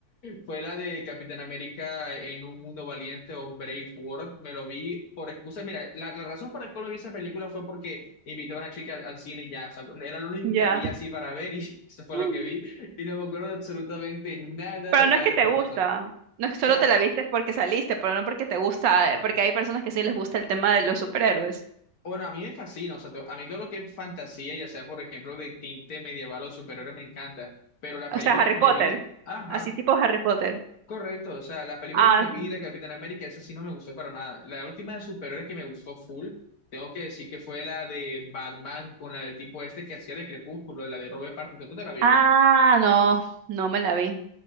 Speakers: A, on the left (about 60°); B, on the right (about 85°).
A: fue la de Capitán América en un mundo valiente o Brave World. Me lo vi por excusa. Mira, la, la razón por la cual no vi esa película fue porque invité a una chica al, al cine y ya, o sea, era lo único
B: Ya.
A: que había así para ver y <laughs> eso fue
B: Pero
A: lo que vi. Y no me acuerdo de absolutamente nada de
B: no
A: nada
B: es que
A: de lo
B: te
A: que
B: gusta.
A: pasó. O
B: No es que solo
A: sea,
B: te la viste porque saliste, pero no porque te gusta, eh, porque hay personas que sí les gusta el tema de los superhéroes.
A: bueno, a mí me fascina, o sea, to- a mí todo lo que es fantasía, ya sea por ejemplo de tinte medieval o superior me encanta. Pero la película
B: O sea, Harry
A: que
B: Potter.
A: me vi, ajá,
B: Así tipo Harry Potter.
A: Correcto, o sea, la película
B: Ah,
A: que me vi
B: sí.
A: de Capitán América, esa sí no me gustó para nada. La última de superhéroes que me gustó full, tengo que decir que fue la de Batman con la del tipo este que hacía de Crepúsculo, de la de Robert Pattinson. ¿Tú te la viste?
B: Ah, no, no me la vi.